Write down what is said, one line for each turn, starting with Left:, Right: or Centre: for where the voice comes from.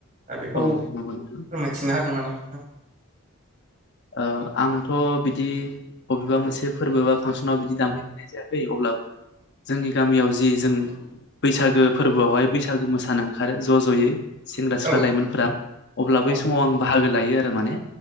Right: दा बेखौ
Left: औ नंगौ नोंथां
Right: फोरमायथिनो हागोन नामा नोंथां?
Left: ओ आंथ' बिद बिदि बबेबा मोनसे फोरबो बा फांसनाव बिदि दामहैफनाय जायाखै अब्लाबो जोंनि गामियाव जि जों बैसागो फोरबोआवहाय बैसागो मोसानो ओंखारो ज' ज'यै
Right: औ
Left: लाइमोनफोरा अब्ला बै
Right: औ
Left: समाव आं बाहागो लायो आरो माने